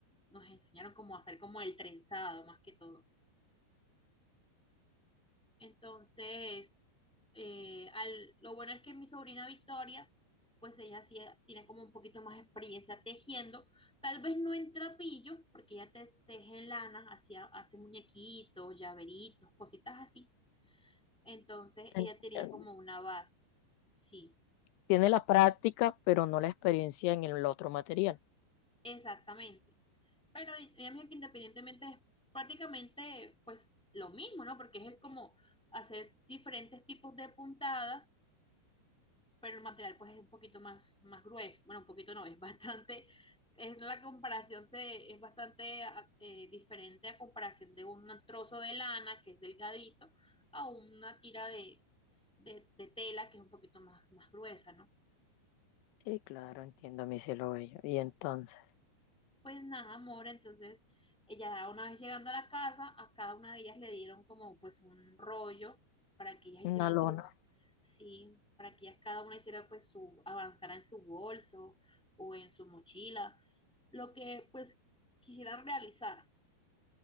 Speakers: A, in the centre; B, on the left.
A: nos enseñaron como a hacer como el trenzado, más que todo. Entonces, eh, al- lo bueno es que mi sobrina Victoria, pues ella sí tiene como un poquito más experiencia tejiendo, tal vez no en trapillo, porque ella te, teje en lana, hacía, hace muñequitos, llaveritos, cositas así Entonces
B: En-
A: ella tenía
B: en-
A: como una base. Sí,
B: Tiene la práctica, pero no la experiencia en el otro material.
A: exactamente. Pero ella me dijo que independientemente es prácticamente pues lo mismo, ¿no? Porque es el como hacer diferentes tipos de puntadas, pero el material pues es un poquito más, más grueso. Bueno, un poquito no, es bastante, es la comparación se, es bastante a- eh, diferente a comparación de un trozo de lana que es delgadito a una tira de, de, de tela que es un poquito más, más gruesa, ¿no?
B: Sí, claro, entiendo, mi cielo bello. Y entonces,
A: Pues nada, amor, entonces ella una vez llegando a la casa, a cada una de ellas le dieron como pues un rollo para que ellas
B: una
A: hicieran
B: lona.
A: sus, sí, para que ellas cada una hiciera pues su, avanzara en su bolso o en su mochila, lo que pues quisieran realizar.